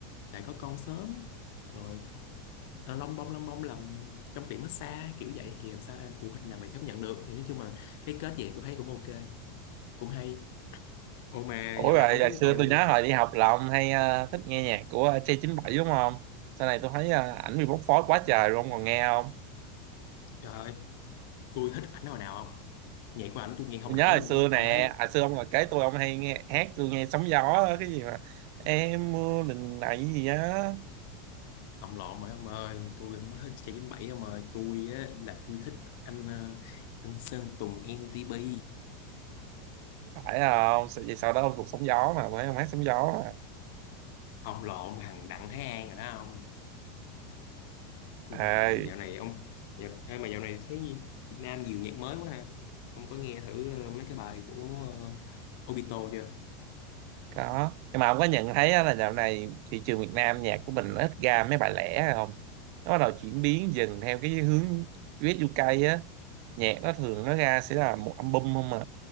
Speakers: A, on the left; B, on the right.
A: lại có con sớm rồi Ờ, lông bông lông bông làm trong tiệm massage kiểu vậy thì làm sao phụ huynh nào mà chấp nhận được thì nói chung là cái kết vậy tôi thấy cũng ok cũng hay Ủa mà
B: ủa
A: dạo
B: rồi
A: này ông vẫn
B: hồi xưa
A: còn
B: tôi nhớ hồi đi học là ông hay ờ, thích nghe nhạc của J97 đúng không sau này tôi thấy uh, ảnh bị bóc phốt quá trời luôn còn nghe không
A: trời ơi tôi thích ảnh hồi nào không nhạc của ảnh tôi nghe không
B: tôi
A: nổi
B: nhớ hồi
A: luôn
B: xưa
A: á
B: nè
A: ông thấy
B: hồi xưa ông là kế tôi ông hay nghe hát tôi nghe sóng gió á, cái gì mà em mưa lần này gì á
A: ông lộn rồi ông ơi tôi không có thích chạy chín bảy ông ơi tôi á là tôi thích anh ờ, anh Sơn Tùng MTP
B: phải không sau, vậy sau đó ông thuộc sóng gió mà phải ông hát sóng gió mà
A: ông lộn thằng Đặng Thái An rồi đó ông nhưng
B: Ê,
A: mà dạo này ông dạo, ê, mà dạo này thấy Việt Nam nhiều nhạc mới quá ha ông có nghe thử ờ, mấy cái bài của ờ, Obito chưa
B: có nhưng mà ông có nhận thấy á là dạo này thị trường Việt Nam nhạc của mình nó ít ra mấy bài lẻ hay không nó bắt đầu chuyển biến dần theo cái hướng US UK á nhạc nó thường nó ra sẽ là một album không mà